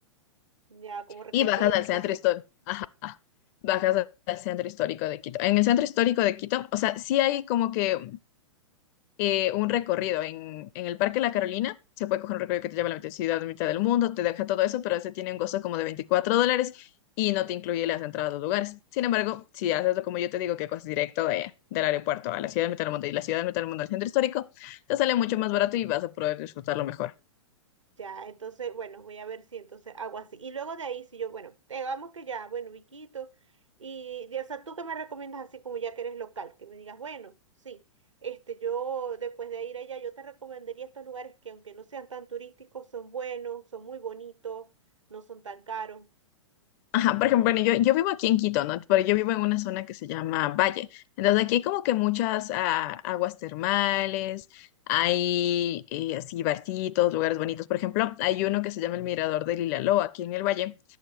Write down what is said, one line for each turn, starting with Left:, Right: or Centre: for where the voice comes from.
Right: ya como recuerditos,
Left: y bajas al centro
Right: cositas.
Left: histórico, ajá, bajas al al centro histórico de Quito. En el centro histórico de Quito, o sea, sí hay como que eh, un recorrido en, en el Parque La Carolina. Se puede coger un recorrido que te lleva a la mitad- ciudad, mitad del mundo, te deja todo eso, pero ese tiene un costo como de 24 dólares y no te incluye las entradas a los lugares. Sin embargo, si haces lo como yo te digo, que coges directo de, del aeropuerto a la ciudad de mitad del mundo y la ciudad de mitad del mundo al centro histórico, te sale mucho más barato y vas a poder disfrutarlo mejor.
Right: Ya, entonces, bueno, voy a ver si entonces hago así. Y luego de ahí, si yo, bueno, digamos que ya, bueno, Viquito, y, de- o sea, tú que me recomiendas así como ya que eres local, que me digas, bueno, sí, este, yo después de ir allá, yo te recomendaría estos lugares que aunque no sean tan turísticos, son buenos, son muy bonitos, no son tan caros.
Left: Ajá, por ejemplo, bueno, yo, yo vivo aquí en Quito, ¿no? Pero yo vivo en una zona que se llama Valle. Entonces aquí hay como que muchas ah, aguas termales, hay eh, así barcitos, lugares bonitos. Por ejemplo, hay uno que se llama el Mirador del Ilaló, aquí en el Valle,